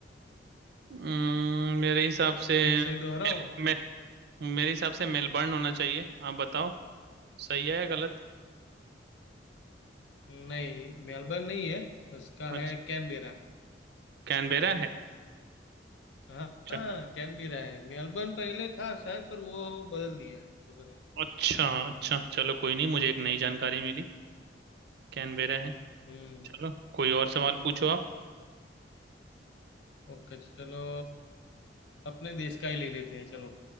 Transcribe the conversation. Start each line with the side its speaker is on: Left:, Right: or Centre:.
Right: अम्म, मेरे हिसाब से
Left: फिर से दोहराऊं
Right: मेल, मे, मेरे हिसाब से मेलबर्न होना चाहिए आप बताओ सही है या गलत
Left: नहीं मेलबर्न नहीं है उसका
Right: अच्छा
Left: है कैनबेरा
Right: कैनबेरा है
Left: हाँ
Right: अच्छा
Left: हाँ कैन भी रहा है मेलबर्न पहले था शायद पर वो बदल दिया है लोगों ने
Right: अच्छा अच्छा चलो कोई नहीं मुझे एक नई जानकारी मिली कैनबेरा है
Left: हम्म
Right: चलो कोई और सवाल पूछो आप
Left: ओके चलो अपने देश का ही ले लेते हैं चलो